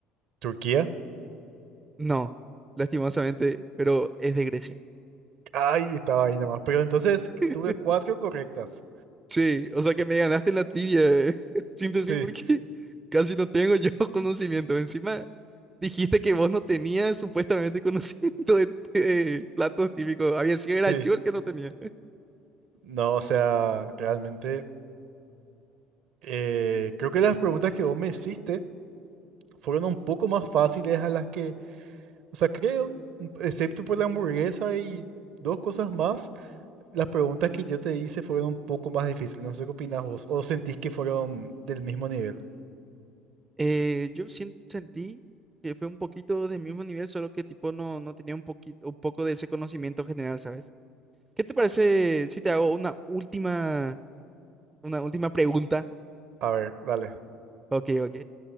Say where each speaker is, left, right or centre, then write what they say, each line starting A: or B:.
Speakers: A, on the right (about 55°); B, on the right (about 20°).
A: Turquía.
B: No, lastimosamente, pero es de Grecia.
A: Ay, estaba ahí nomás, pero entonces
B: <laughs>
A: tuve cuatro correctas.
B: Sí, o sea que me ganaste en la trivia, <laughs> síntesis,
A: Sí,
B: porque casi no tengo yo <laughs> conocimiento. Encima dijiste que vos no tenías supuestamente <laughs> conocimiento de, de platos típicos. Había sido
A: sí.
B: era yo el que no tenía.
A: No, o sea, realmente eh, creo que las preguntas que vos me hiciste fueron un poco más fáciles a las que, o sea, creo, excepto por la hamburguesa y dos cosas más, las preguntas que yo te hice fueron un poco más difíciles. No sé qué opinás vos, o sentís que fueron del mismo nivel.
B: Eh, yo sien- sentí que fue un poquito del mismo nivel, solo que tipo no, no tenía un poquito, un poco de ese conocimiento general, ¿sabes? ¿Qué te parece si te hago una última, una última pregunta?
A: A ver, dale,
B: Ok, ok.